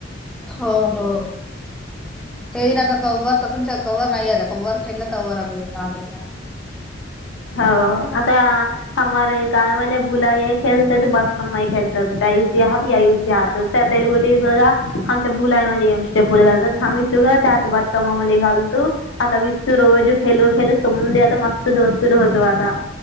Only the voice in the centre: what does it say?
हो हो. तेई ना आता कव्वर तसूनचा कवर नाही आता कव्वर खायला कव्वर पे सारख्या.